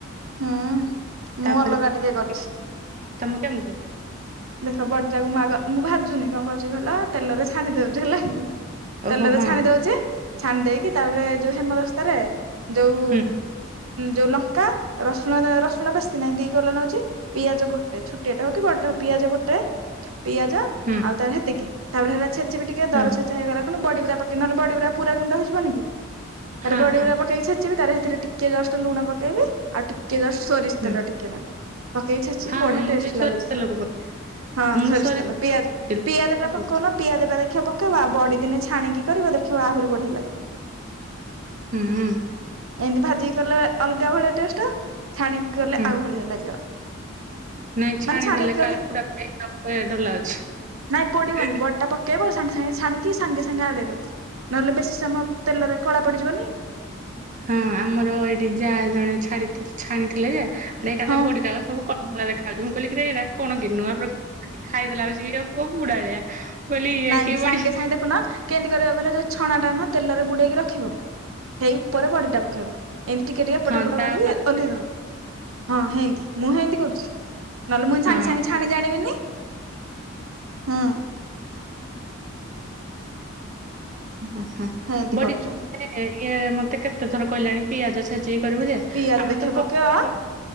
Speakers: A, on the right; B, on the right.
A: ହୁଁ। ମୁଁ
B: ତାପରେ
A: ଅଲଗା
B: <unintelligible>
A: ଟିକେ କରୁଛି।
B: ତମେ କେମିତି?
A: ଦେଖ ବଡିଟାକୁ ମୁଁ ଆଗ ମୁଁ ଭାଜୁନି କଣ କରୁଛି କହିଲ ତେଲରେ ଛାଣି ଦଉଛି ହେଲାକି। ତେଲରେ
B: ଓହୋ ହଁ
A: ଛାଣି ଦଉଛି ଛାଣି ଦେଇକି ତାପରେ ଯୋଉ ହେମଦସ୍ତାରେ ଯୋଉ
B: ହୁଁ
A: ଯୋଉ ଲଙ୍କା ରସୁଣ ରସୁଣ ବେଶୀ ନାହିଁ ଦି କଲା ନଉଛି। ପିଆଜ ଗୋଟେ ଛୋଟିଆଟା ହଉ କି ବଡ଼ଟା ହଉ ପିଆଜ ଗୋଟେ ପିଆଜ
B: ହୁଁ।
A: ତାପରେ ହେତିକି ତାପରେ ହେତା ଛେଚିବି ଟିକେ ଦର
B: ହୁଁ
A: ଛେଚା ହେଇଗଲାଣ ଖେରୁ ବଡିଗୁରା ପକେଇବି ନେଲେ ବଡିଗୁରା ପୁର ଗୁଣ୍ଡ ହେଇଯିବନି କି? ତାର
B: ହଁ
A: ବଡିଗୁୁରା
B: ହଁ
A: ପକେଇକି ଛାଚିବି ତାର ସେଥିରେ ଟିକେ ଜଷ୍ଟ ଲୁଣ ପକେଇବି ଆଉ ଟିକେ ଟିକେ ଜଷ୍ଟ ସୋରିଷ
B: ହୁଁ
A: ତେଲ ଟିକେନାଙ୍କୁ ପକେଇ ଛେଚିବି
B: ହଁ
A: ବଢିଆ
B: ମୁଁ
A: ଟେଷ୍ଟ
B: ବି ସୋରିଷ
A: ଲାଗୁଛି।
B: ତେଲ ପକଉଛି
A: ହଁ
B: ମୁଁ
A: ସରିଷ
B: ସୋରିଷ
A: ତେଲ ପିଆଜ
B: ପକଉଛି
A: ପିଆଜ
B: ପକଉଛି
A: ଟା ପକଉନ ପିଆଜଟା ଦେଖିବ ପକେଇବା ଆଉ ବଡିଦିନେ ଛାଣିକି କରିବ ଦେଖିବ ଆହୁରି ବଢିଆ ଲାଗିବ।
B: ହୁଁ।
A: ଏମିତି ଭାଜିକି କଲେ ଅଲଗା ଭଳିଆ ଟେଷ୍ଟ ଛାଣିକି କଲେ
B: ହୁଁ
A: ଆଉ ଭଳିଆ ଲାଗିବ।
B: ନାଇଁ ଛାଣିଦେଲେ
A: ମାନେ ଛାଣିକି କଲେ
B: କାଳେ ପୁଡ଼ା ପୁଡ଼ି ମୋତେ ଡର ଲାଗୁଛି।
A: ନାଇଁ ପୋଡିବନି ବଡିଟା ପକେଇବ ସାଙ୍ଗେ ସାଙ୍ଗେ ଛାଣିକି ସାଙ୍ଗେ ସାଙ୍ଗେ ଆଡ଼େଇଦେବ ନହେଲେ ବେଶୀ ସମୟ ତେଲରେ କଳା ପଡ଼ିଯିବନି?
B: ହଁ ଆମର ଏଇଠି ଯା ଜଣେ ଛାଡି ଛାଣିଥିଲେ ଯେ ଏକାଥରେ
A: ହଁ
B: ବଡିଟାକ ସବୁ ଦେଖାଯାଉଛି ମୁ କହିଲି କିରେ ଏରା କଣ କି ନୂଆ ପ୍ରସ୍ତୁତି <unintelligible> ଖାଇଦେଲା ଲାଗୁଛି କଣ ପୁଡ଼ାଳିଆ। ମୁଁ କହିଲି ଇଏ
A: ନାଇଁ
B: କି
A: ସାଙ୍ଗେ
B: ବଡି?
A: ସାଙ୍ଗେ ଦେଖୁନ କେମିତି କରିବ କହିଲ ଯେୋଉ ଛଣାଟା ନା ତେଲରେ ବୁଡ଼େଇକି ରଖିବ। ହେଇ ଉପରେ ବଡିଟା ପକେଇବ ଏମିତି ଟିକେ ଟିକେ ଏପଟ
B: ହଁ
A: ସେପଟ
B: ତାପରେ
A: କରିକି ଓହ୍ଲେଇଦବ
B: କହିଲି
A: ହଁ ହେମିତି। ମୁଁ ସେମିତି କରୁଛି ନହେଲେ ମୁଁ
B: ହଁ
A: ସାଙ୍ଗେ ସାଙ୍ଗେ ଛାଣି ଜାଣିବିନି ହୁଁ।
B: ହଁ ହଁ
A: ହେନ୍ତି
B: ବଡି
A: କରୁଛୁ
B: ଏ ଇଏ ମୋତେ କେତେ ଥର କହିଲେଣି ପିଆଜ ଛେଚିକି କରିବୁ ଯେ
A: ପିଆଜ
B: ଆମେ
A: ଦେଖେ
B: ତ <unintelligible>
A: ପକେଇବ
B: ହୁଁ